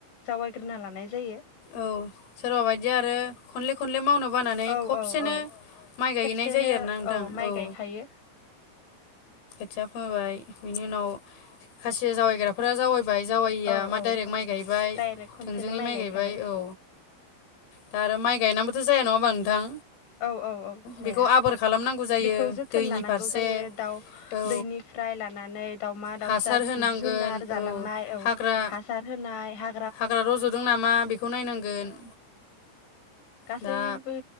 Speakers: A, on the left; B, on the left.
A: जावायग्रोना लानाय जायो
B: औ सोरबा बायदि आरो खनले खनले मावनांगौ बानानै
A: औ
B: खबसेनो
A: औ औ
B: माइ गायहनाय
A: खेबसेनो
B: जायो आरोना नोंथां
A: माइ
B: औ
A: गायखायो
B: खोथिया फोबाय बिनि उनाव खासिया जावैग्राफोरा जावैबाय बाय जावैया
A: औ
B: मा
A: औ
B: दरे माइ गायबाय
A: डाइरेक्ट खनसेनो
B: थोंजोङै माइ
A: गायखाबाय
B: गायबाय औ दा आरो माइ गायना थो जाया नङा होनबा नोंथां
A: औ औ औ जाया
B: बेखौ आबोर खालामनांगौ जायो
A: बेखौ जोथोन
B: दैनि
A: लानांगौ
B: फारसे
A: जायो दाउ
B: औ
A: दैनिफ्राय लानानै दाावमा दाउसा
B: हासार होनांगोन
A: जिब जुनार जालांनाय
B: औ
A: औ
B: हाग्रा
A: हासार होना <unintelligible>
B: हाग्रा रज'दों नामा बेखौ नायनांगोन।
A: गासैबो
B: दा